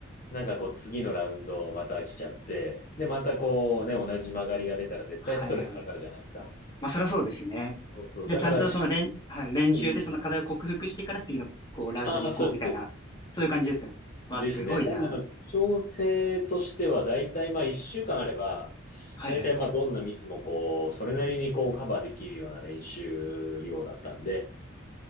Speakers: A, on the left; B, on the left.
A: なんかこう次のラウンドまた来ちゃって、で、またこうね、同じ曲がりが出たら絶対ストレスかかるじゃないですか。
B: はいはいはい。まあ、そりゃそうですね。
A: そうそう。
B: じゃあ、
A: だからし、
B: ちゃんとその練、はい、練習でその課題を克服してから次の、
A: うんうん。
B: こう、ラウンドに行こうみたいな、
A: ああ、そうです。
B: そういう感じですかね。わあ、
A: ですね。
B: すごいな。
A: なんで、まあ、調整としては、だいたいまあ、1週間あれば、
B: はいはい。
A: だいたいまあ、どんなミスもこう、それなりにこう、カバーできるような練習量だったんで、